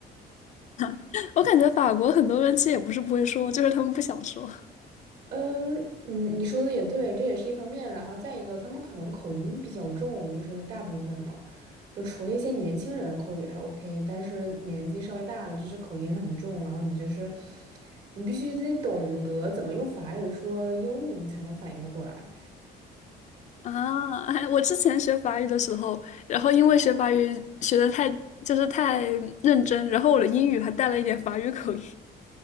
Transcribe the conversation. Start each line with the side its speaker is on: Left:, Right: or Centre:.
Left: <laughs> 我感觉法国很多人其实也不是不会说，就是他们不想说
Right: 嗯，你你说的也对，这也是一方面。然后再一个，他们可能口音比较重，就是大部分呢，就除了一些年轻人口语还 OK，但是年纪稍微大的，就是口音很重。然后你就是，你必须得懂得怎么用法语说英语，你才能反应得过来。
Left: 啊。哎，我之前学法语的时候，然后因为学法语学的太就是太认真，然后我的英语还带了一点法语口音